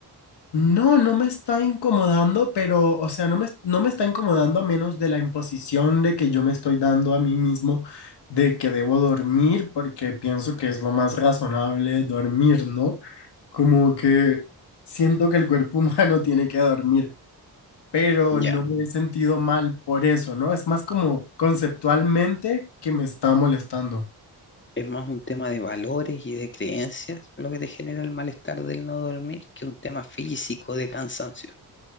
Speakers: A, on the left; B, on the left.
A: No, no me está incomodando, pero, o sea, no me, no me está incomodando a menos de la imposición de que yo me estoy dando a mí mismo de que debo dormir, porque pienso que es lo más razonable dormir, ¿no? Como que siento que el cuerpo humano <laughs> tiene que dormir, pero
B: Ya,
A: no me he sentido mal por eso, ¿no? Es más como conceptualmente que me está molestando.
B: es más un tema de valores y de creencias lo que te genera el malestar del no dormir que un tema físico de cansancio,